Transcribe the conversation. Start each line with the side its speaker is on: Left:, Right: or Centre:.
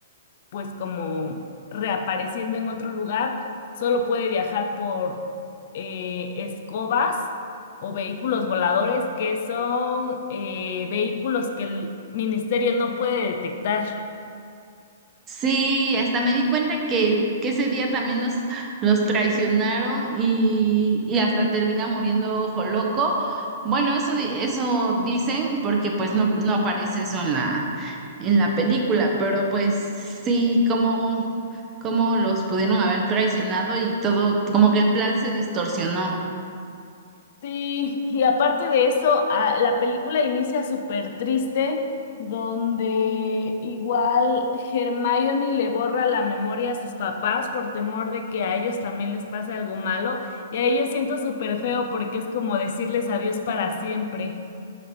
Left: pues como reapareciendo en otro lugar, solo puede viajar por eh, escobas o vehículos voladores, que son eh, vehículos que el ministerio no puede detectar.
Right: Sí, hasta me di cuenta que, que ese día también los, los traicionaron y, y hasta termina muriendo Ojo Loco. Bueno, eso, di- eso dicen porque pues no, no aparece eso en la, en la película, pero pues sí, como, como los pudieron haber traicionado y todo, como que el plan se distorsionó.
Left: Sí, y aparte de eso, a- la película inicia súper triste, donde igual Hermione le borra la memoria a sus papás por temor de que a ellos también les pase algo malo, y a ellos siento súper feo porque es como decirles adiós para siempre.